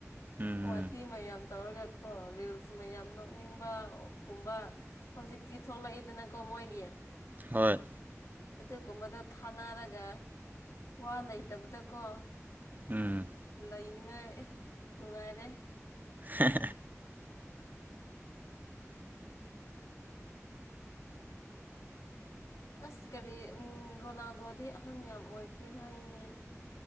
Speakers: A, on the right; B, on the left.
A: ꯎꯝ
B: ꯋꯥꯊꯤ ꯃ ꯌꯥꯝ ꯇꯧꯔꯒꯀꯣ ꯔꯤꯜꯁ ꯃꯌꯥꯝ ꯅꯣꯛꯅꯤꯡꯕꯒꯨꯝꯕ ꯍꯧꯖꯤꯛꯇꯤ ꯊꯣꯛꯂꯛꯏꯗꯅꯀꯣ ꯃꯣꯏꯒꯤ
A: ꯍꯣꯏ
B: ꯑꯗꯨꯒꯨꯝꯕꯗꯣ ꯊꯥꯅꯔꯒ ꯋꯥ ꯂꯩꯇꯕꯗꯀꯣ
A: ꯎꯝ
B: ꯂꯩꯅꯤꯉꯥꯏ ꯅꯨꯡꯉꯥꯏꯔꯦ
A: ꯍꯦꯍꯦ
B: ꯑꯁ ꯀꯔꯤ ꯔꯣꯅꯥꯜꯗꯣꯗꯤ ꯑꯍꯟ ꯌꯥꯝ ꯑꯣꯏꯈ꯭ꯔꯦ ꯍꯥꯏꯅꯦ